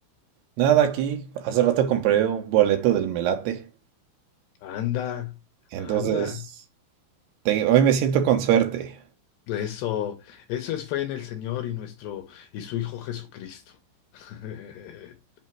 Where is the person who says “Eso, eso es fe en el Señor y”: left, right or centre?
Left